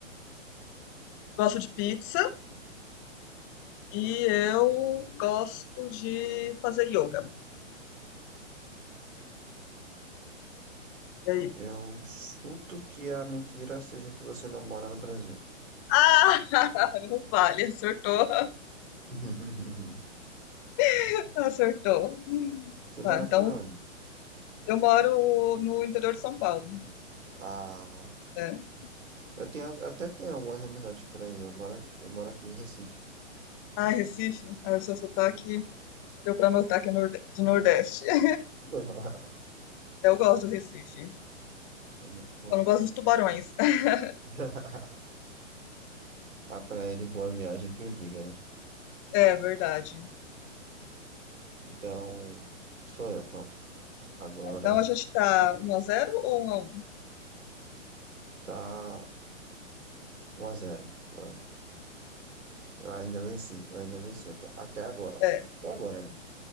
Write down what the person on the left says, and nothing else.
gosto de pizza e eu gosto de fazer yoga. E aí?
Ah, <laughs> não vale, acertou.
<laughs> Acertou.
Tá, então
eu moro no interior de São Paulo.
É.
Ah, Recife. Ah, o seu sotaque deu pra notar que é norde- de Nordeste. <laughs>
Eu gosto do Recife.
Só não gosto dos tubarões. <laughs>
É verdade.
Então a gente tá um a zero ou um?
x 1
É,